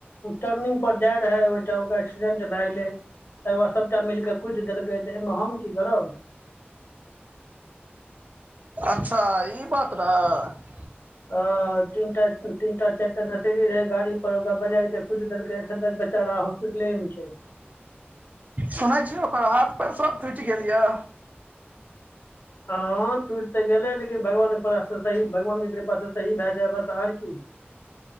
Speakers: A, on the left; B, on the right.
A: टर्निंग पर जाय रहेै ओइठां ओकरा एक्सीडेंट भए गेलै तकर बाद सबटा मिल के कुटि देलकै एमे हम की करब
B: अच्छा ई बात रहै
A: अ तीन टा तीन टा चारिटा नशेरी रहै गाड़ी पर ओकरा बजार के कुइट देलकै एखन तक बेचारा हॉस्पिटले मे छै
B: सुनै छियै ओकर हाथ पैर सब टुटि गेल यऽ
A: हँ टूटि तऽ गेलै लेकिन भगवानकेकृपा सही भगवान के कृपास से सही भए जाय बस आर की <inaudible>